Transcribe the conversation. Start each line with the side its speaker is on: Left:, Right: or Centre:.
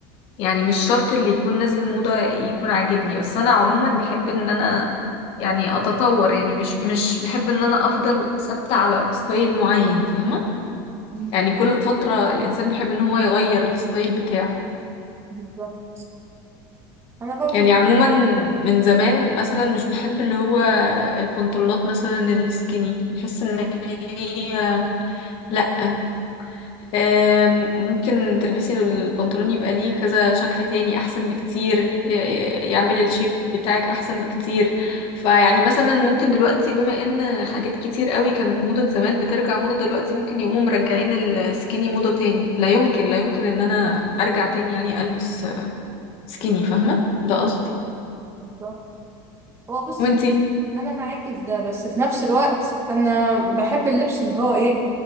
Left: يعني مش شرط اللي يكون نازل موضة يكون عاجبني بس انا عموما بحب ان انا يعني اتطور يعني مش مش بحب ان انا افضل ثابتة على ستايل معين فاهمة
Right: مم.
Left: يعني كل فترة الانسان بيحب ان هو يغير الستايل بتاعه
Right: بالظبط انا برضو
Left: يعني عموما من زمان مثلا مش بحب اللي هو البنطلونات مثلا السكيني بحس ان هي لا آم، ممكن تلبسي البنطلون يبقى ليه كذا شكل تاني احسن بكتير ي- ي- يعمل الشيب بتاعك احسن بكتير فيعني مثلا ممكن دلوقتي بما ان حاجات كتير قوي كانت موضة زمان بترجع موضة دلوقتي ممكن يقوموا مرجعين السكيني موضة تاني لا يمكن لا يمكن ان انا ارجع تاني يعني البس سكيني فاهمة ده قصدي
Right: بالظبط هو بصي
Left: وانتي
Right: انا معاكي في ده بس في نفس الوقت انا بحب اللبس اللي هو ايه